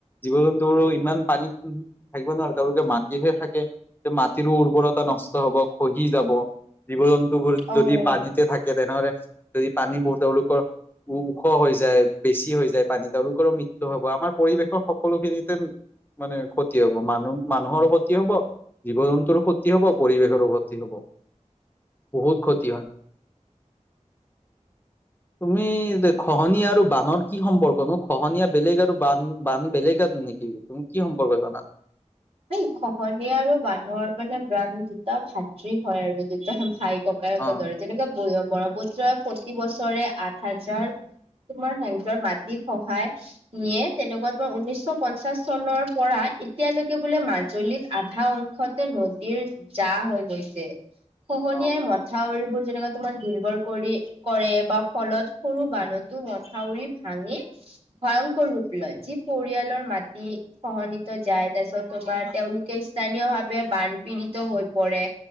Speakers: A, on the left; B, on the right.
A: জীৱ জন্তুৰো ইমান পানীত। থাকিব নোৱাৰে তেওঁলোকে মাটিহে থাকে যে মাটিৰো উৰ্বৰতা নষ্ট হব খহি যাব। জীৱ জন্তুবোৰ
B: অ'।
A: যদি পানীতে থাকে তেনেহলে যদি পানীবোৰ তেওঁলোকৰ। ওখ হৈ যায়, বেছি হৈ যায় পানী তেওঁলোকৰো মৃত্যু হব আমাৰ পৰিৱেশৰ সকলোখিনিতে। মানে ক্ষতি হব মানুহ, মানুহৰ ক্ষতি হব। জীৱ জন্তুৰো ক্ষতি হব পৰিৱেশৰো ক্ষতি হব বহুত ক্ষতি হয়। <inaudible> তুমি খহনীয়া আৰু বানৰ কি সম্পৰ্ক নো? খহনীয়া বেলেগ আৰু বান বান বেলেগ- নেকি, তুমি কি সম্পৰ্ক জানা?
B: এই খহনীয়া আৰু বানৰ মানে ব্ৰাণ দুটা ভাতৃ হয় আৰু দুটা ভাইক ককায়েকৰ
A: অ
B: দৰে যেনেকাে ব্ৰহ্মপুত্ৰই প্ৰতি বছৰে আঠ হাজাৰ- তোমাৰ সেহতৰ মাটিৰ খ্হাই নিয়ে তেনেকুৱা তোমাৰ উনৈশ পঞ্চাশ চনৰ পৰা- এতিয়ালৈকে বোলে মাজুলীত আধা অংশতে নদীৰ জা হৈ গৈছে। খহনীয়াই
A: অ
B: মথাউৰি বোৰ যেনেকা তোমাৰ দিন বৰ কৰি কৰে বা ফলত সৰু বানুতো মথাউৰি ভাঙে, ভয়ংকৰ ৰূপ লয় যি পৰিয়ালৰ মাটি খহনিত যায়। তাৰপিছত তোমাৰ তেওঁলোকে স্থানীয় ভাৱে বানপীড়িত হৈ পৰে,